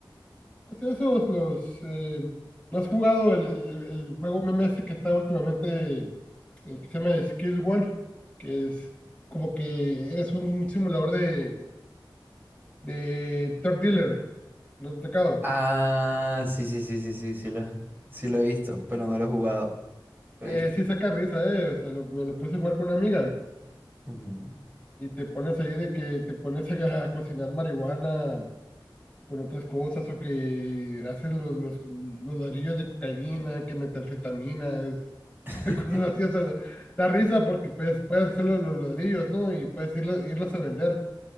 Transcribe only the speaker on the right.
Ah, sí, sí, sí, sí, sí, sí lo, <laughs> sí lo he visto, pero no lo he jugado. Lo
he visto.
Ujú.
<laughs>